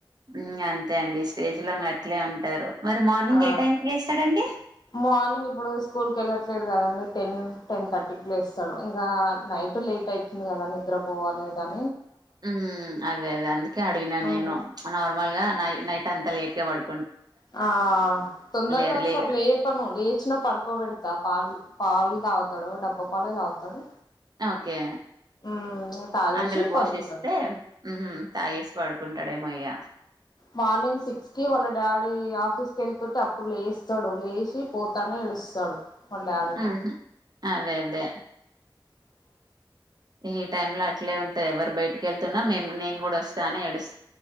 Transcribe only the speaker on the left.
ఆ
మార్నింగ్ ఇప్పుడు స్కూల్ వెళ్ళ లేదు కదండి టెన్ టెన్ థర్టీకి లేస్తడు ఇగా నైట్ లేట్ అయితది కదాని నిద్ర పోవాలి కదా అన్
అవును
ఆ తొందరగా
అస్సల్ లేపను లేచినా పడుకోబెడు తా పాలు పాలు తాగుతాడు డబ్బా పాలే తాగుతాడు
ఉమ్ ఇంగా కాల్ జేసి
పడుకుంటా నేను
మార్నిం గ్ సిక్స్ కి వాళ్ళన్ డాడీ ఆఫీస్ కి వెళ్తుంటే అప్పుడు లేస్తాడు లేచి పోతానే ఏడుస్తాడు వాళ్ళ్ డాడి ఎమ్మటి